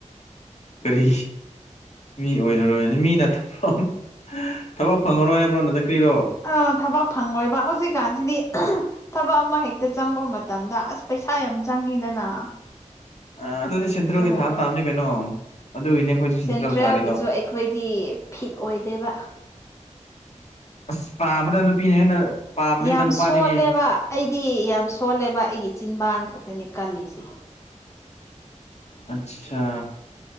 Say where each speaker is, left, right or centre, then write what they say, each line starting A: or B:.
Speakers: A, on the left (about 60°); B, on the left (about 25°).
A: ꯀꯔꯤ ꯃꯤ ꯑꯣꯏꯔꯔꯣꯏꯅꯤ ꯃꯤ ꯅꯠꯇꯕꯥ <unintelligible> ꯊꯕꯛ ꯐꯪꯉꯔꯣꯏ ꯍꯥꯏꯕ꯭ꯔꯣ ꯅꯟꯗ ꯀ꯭ꯔꯤꯔꯣ
B: ꯑ ꯊꯕꯛ ꯐꯪꯉꯣꯏꯕ ꯍꯧꯖꯤꯛꯀꯥꯟꯁꯤꯗꯤ ꯊꯕꯛ ꯑꯃ ꯍꯦꯛꯇ ꯆꯪꯕ ꯃꯠ ꯇꯝꯗ ꯑꯁ ꯄꯩꯁꯥ ꯌꯥꯝ ꯆꯪꯉꯤꯗꯅ
A: ꯑ ꯑꯗꯨꯗꯤ ꯁꯦꯟꯇ꯭ꯔꯦꯜꯒꯤ
B: ꯑꯗꯨꯒꯨꯝꯕ
A: ꯊꯥꯕ ꯇꯥꯕꯅꯦ ꯀꯩꯅꯣ ꯑꯗꯨꯒꯤꯅꯦ ꯑꯩꯈꯣꯏꯁꯨ
B: ꯁꯦꯟꯇ꯭ꯔꯦꯜꯒꯤꯁꯨ
A: ꯁꯦꯟꯇ꯭ꯔꯦꯜ ꯊꯥꯔꯤꯗꯣ
B: ꯑꯩꯈꯣꯏꯗꯤ ꯐꯤꯠ ꯑꯣꯏꯗꯦꯕ
A: ꯑꯁ ꯄꯥꯕꯗ ꯅꯨꯄꯤꯅ ꯍꯦꯟꯅ ꯄꯥꯕꯅꯤꯗ
B: ꯌꯥꯝ
A: ꯅꯨꯄꯥꯗꯒꯤ
B: ꯁꯣꯜꯂꯦꯕ ꯑꯩꯗꯤ ꯌꯥꯝ ꯁꯣꯜꯂꯦꯕ ꯑꯩꯒꯤ ꯆꯤꯟꯕꯥꯟ ꯈꯛꯇꯅꯤ ꯀꯜꯂꯤꯁꯦ
A: ꯑꯆꯥ